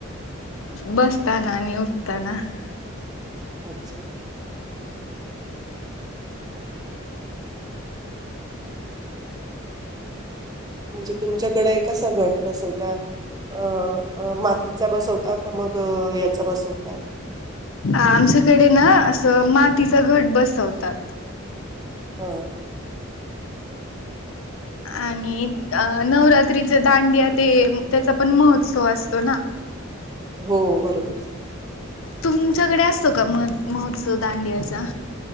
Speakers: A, on the left; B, on the right.
A: बसताना आणि उठताना. -
B: अच्छा म्हणजे तुमच्याकडे कसा घट बसवता, अ मातीचा बसवता, का मग याचा बसवता
A: आमच्याकडे ना असं मातीचा घट बसवतात.
B: हो.
A: आणि नवरात्रीचे दांडिया ते त्याचा पण महोत्सव असतो ना-?
B: हो बरोबर. -
A: तुमच्याकडे असतो का मगं महोत्सव दांडियाचा